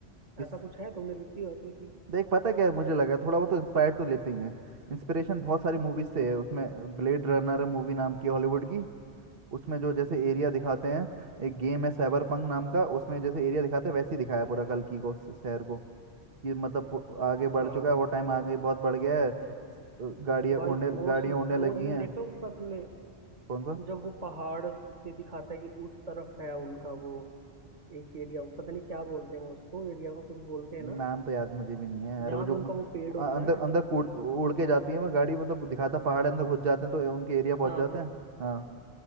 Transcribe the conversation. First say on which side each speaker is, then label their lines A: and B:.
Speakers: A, on the right; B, on the right.
A: इस
B: ऐसा कुछ है तुमने देखी है कल्कि
A: देख पता क्या है मुझे लगा थोड़ा बहुत तो इंस्पायर तो लेते ही हैं इंस्पिरेशन बहुत सारी मूवीज से
B: हम्म
A: है उसमें ब्लेड रनर मूवी नाम की हॉलीवुड की उसमें जो जैसे एरिया दिखाते हैं एक गेम है साइबर पंक नाम का उसमें जैसे एरिया दिखाते हैं वैसे ही दिखाया है पूरा कल्कि को श- शहर को कि मतलब पु- आगे बढ़
B: हाँ
A: चुका है
B: बस
A: वो टाइम
B: यही
A: आगे
B: है
A: बहुत बढ़ गया है गाड़ियाँ
B: भाई
A: उड़ने
B: वो
A: गाड़ियाँ
B: सीन
A: उड़ने लगी
B: वो सीन
A: हैं
B: देखा उसका तुमने
A: कौन सा
B: जब वो पहाड़ से दिखाता है कि उस तरफ है उनका वो एक एरिया वो पता नहीं क्या बोलते हैं वो उसको एरिया को कुछ बोलते हैं ना
A: नाम तो याद मुझे भी नहीं है अरे
B: जहाँ
A: वो जो
B: पे उनका
A: गु-
B: वो पेड़ होता
A: अ- अंदर
B: है
A: अंदर उड़ उड़ के जाती है वो गाड़ी मतलब दिखाता पहाड़ अंदर घुस जाते हैं तो उनके एरिया पहुंच
B: हाँ
A: जाते
B: हाँ
A: हैं हाँ